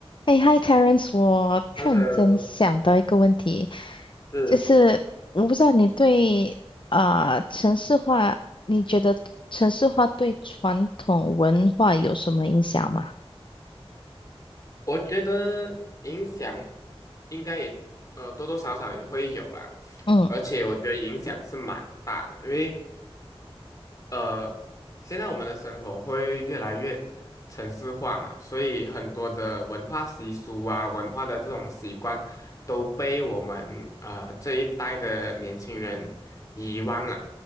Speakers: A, on the left; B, on the left.
A: 哎，Hi Terence，我突然间想到一个问题，
B: Hello，是，
A: 就是我不知道你对啊、呃城市化，你觉得城市化对传统文化有什么影响吗？
B: 我觉得影响应该也呃多多少少也会有啦，
A: 嗯
B: 而且我觉得影响是蛮大的，因为呃，现在我们的生活会越来越城市化嘛，所以很多的文化习俗啊、文化的这种习惯都被我们呃这一代的年轻人遗忘了。